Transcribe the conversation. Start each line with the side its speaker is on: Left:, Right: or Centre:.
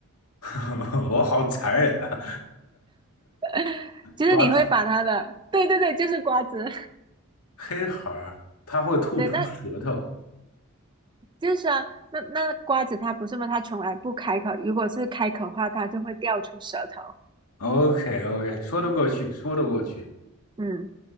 Left: <laughs> 我好残忍啊！
Right: <laughs> 就是你会把它的，
Left: 瓜子
Right: 对对对，就是瓜子，
Left: 黑孩儿，它会吐出舌头。
Right: <laughs> 对，那就是啊，那那瓜子它不是吗？它从来不开口，如果是开口的话，它就会掉出舌头。
Left: OK OK，说得过去，说得过去。
Right: 嗯，